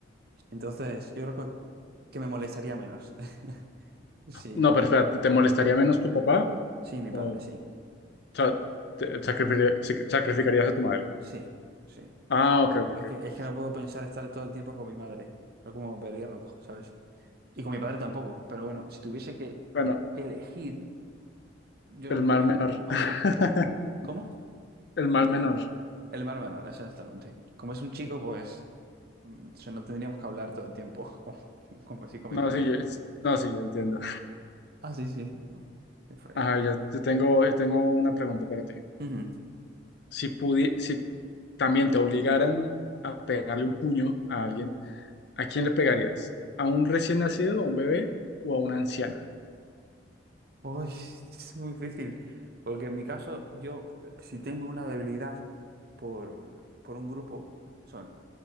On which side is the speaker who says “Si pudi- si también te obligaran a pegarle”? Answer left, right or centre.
Left